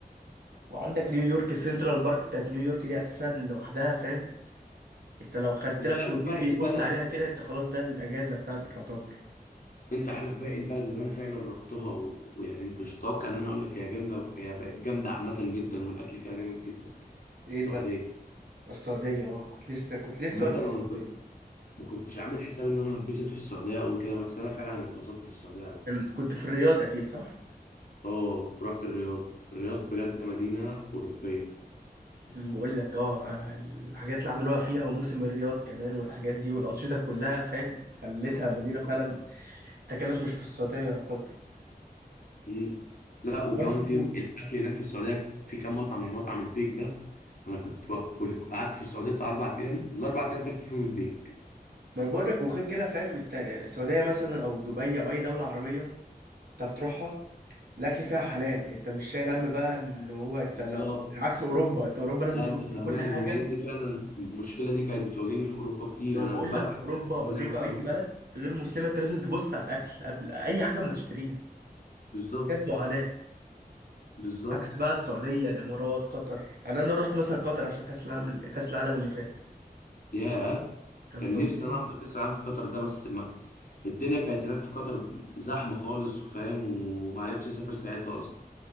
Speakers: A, on the right (about 75°); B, on the left (about 55°).
A: وعندك نيويورك سنترال بارك بتاعت نيويورك دي اساسا لوحدها فاهم انت لو خدت
B: انت
A: لك
B: عارف
A: هوتيل
B: بقى
A: بيبص
B: ايه البلد
A: عليها كده انت خلاص ده الاجازه بتاعتك يعتبر
B: انت عارف بقى ايه البلد اللي انا فعلا رحتها و... ويعني انت مش هتتوقع ان انا اقول لك هي جامده هي بقت جامده عامه جدا والاكل فيها جامد جدا
A: ايه
B: السعوديه
A: البلد السعوديه اه كنت لسه كنت لسه
B: عامه
A: اقول
B: انا
A: لك السعوديه
B: كنت ما كنتش عامل حساب ان انا هتبسط في السعوديه قوي كده بس انا فعلا اتبسطت في السعوديه قوي
A: كان- كنت في الرياض اكيد صح
B: اه رحت الرياض الرياض بجد مدينه اوروبيه
A: بقول لك اه آه، الحاجات اللي عملوها فيها وموسم الرياض كمان والحاجات دي والانشطه كلها فاهم خلتها
B: تحفه
A: مدينه فعلا
B: تحفه
A: انت كانك مش في السعوديه يعتبر
B: مم. لا وكمان
A: برضه
B: في الاكل هناك في السعوديه في كام مطعم يعني مطعم البيك ده انا كنت كل قعدت في السعوديه بتاع اربع ايام الاربع ايام اكلت فيهم البيك
A: ما بقولك وغير كده فاهم انت السعودية مثلا أو دبي أو أي دولة عربية أنت بتروحها الأكل فيها حلال أنت مش شايل هم بقى إن هو أنت
B: بالظبط
A: لو عكس أوروبا أنت أوروبا لازم
B: لا انت
A: تبص
B: فاهمان
A: على كل حاجة
B: لان فعلا المشكله دي كانت بتواجهني في اوروبا كتير
A: ما أنا
B: انا
A: بقول
B: بتعب
A: لك في أوروبا
B: لما
A: وأمريكا
B: الاقي مطعم
A: أي
B: اكل
A: بلد غير مسلمة أنت لازم تبص على الأكل قبل أي حاجة ما تشتريها
B: بالظبط
A: حاجات معاناة
B: بالظبط
A: عكس بقى السعودية الإمارات قطر يعني أنا رحت مثلا قطر عشان كأس العالم كأس العالم اللي فات
B: ياه
A: كان
B: كان
A: تنظيم
B: نفسي انا احضر كاس العالم في قطر ده بس ما الدنيا كانت هناك في قطر زحمه خالص وفاهم ومعرفتش اسافر ساعتها اصلا